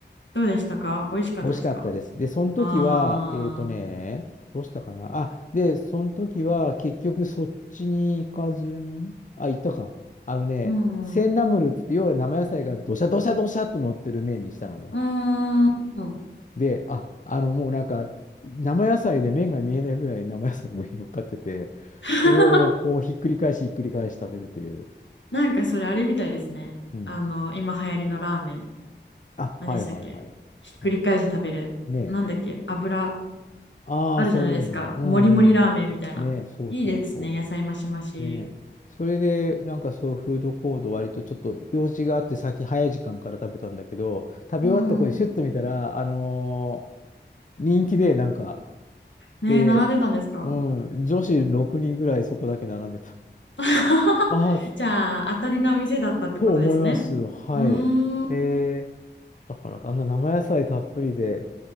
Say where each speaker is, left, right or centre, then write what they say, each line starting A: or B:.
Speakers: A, on the left; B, on the left.
A: どうでしたか美味しかったですか
B: 美味しかったです。で、その時は、
A: ああー。
B: えっとね、どうしたかな。あ、で、その時は結局そっちに行かずに、あ、行ったか。あのね、
A: うんうん。
B: センナムルって言って、要は生野菜がどしゃどしゃどしゃっと乗ってる麺にしたのね。
A: うーん。
B: で、あ、あの、もうなんか、生野菜で麺が見えないぐらい生野菜が上に乗っかってて、
A: <laughs>
B: それをこうひっくり返しひっくり返し食べるという。
A: なんかそれあれみたいですね。
B: うん。
A: あの、今流行りのラーメン。
B: あ、
A: 何でしたっけひっくり返して食べる。
B: はいはいはい。なんだっけ。ねえ。
A: なんだっけ油、
B: ああ、
A: あるじゃないですか。
B: そういうのかな。う
A: もりもりラーメンみたいな。
B: ん。ねえ、そうそうそ
A: いいですね。野菜増し増し。
B: う。ねえ。それで、なんかそう、フードコート割とちょっと用事があって、先早い時間から食べたんだけど、食べ終わった子にシュッと見たら、
A: うん。
B: あのー人気で、なんか、
A: ねえ、
B: で、
A: 並んでたんですか
B: うん、女子6人ぐらいそこだけ並んでた。
A: <laughs>
B: ああ、
A: じゃあ、当たりな店だったってことですね。
B: と思います。はい。
A: うーん。うん
B: えー、だから、あんな生野菜たっぷりで、